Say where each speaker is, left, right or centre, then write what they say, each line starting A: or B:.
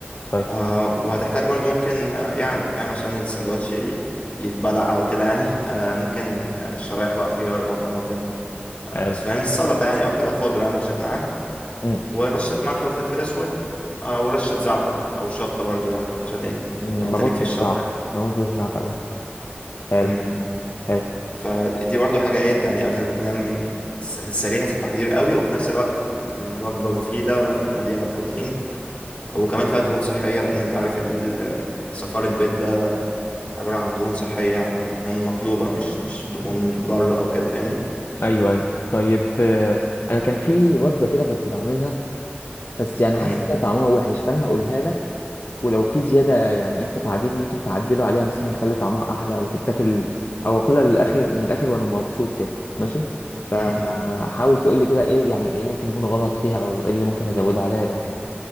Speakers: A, on the left; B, on the left.
A: طيب
B: آه وهتحتاج برضو ممكن آه، يعني فاهم عشان السندوتش ي- يتبلع او كده يعني <laughs> آه ممكن آه، شرايح بقى خيار او طماطم آه
A: حلو
B: فاهم السلطة يعني او كده خضرة يعني بشكل عام
A: مم.
B: ورشة ملح وفلفل اسود آه ورشة زعتر او شطة برضو يعني عشان ايه
A: مم،
B: لو انت
A: بموت
B: ليك
A: في
B: في الشطة
A: الزعتر بموت في الزعتر بقى حلو
B: امم
A: حلو
B: فدي برضو حاجة ايه يعني قبل ما تنام س- سريعة التحضير قوي وفي نفس الوقت م- وجبة مفيدة ومليانة بروتين وكمان فيها دهون صحية لأن أنت عارف إن ال- صفار البيض عبارة عن دهون صحية يعني ودهون مطلوبة مش مش دهون ضارة أو كده فاهمني
A: أيوه أيوه طيب آه، أنا كان في وجبة كده كنت بعملها بس يعني حاسس
B: مم،
A: ان طعمها وحش فانا هقولها لك ولو في زياده يعني انت تعديل ممكن تعدله عليها مثلا يخلي طعمها احلى وتتاكل او اكلها للاخر من الاخر وانا مبسوط كده ماشي فحاول
B: مم، مم،
A: تقول لي كده ايه يعني ايه ممكن يكون غلط فيها او ايه اللي ممكن ازودها عليها يبقى حلو